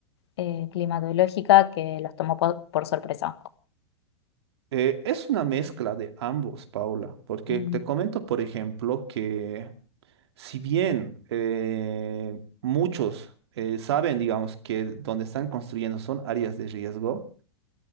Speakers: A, on the left (about 70°); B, on the right (about 70°).
A: eh, climatológica que los tomó po- por, sorpresa.
B: Eh, es una mezcla de ambos, Paula, porque
A: Mm,
B: te comento, por ejemplo, que Si bien eh, muchos eh, saben, digamos, que donde están construyendo son áreas de riesgo,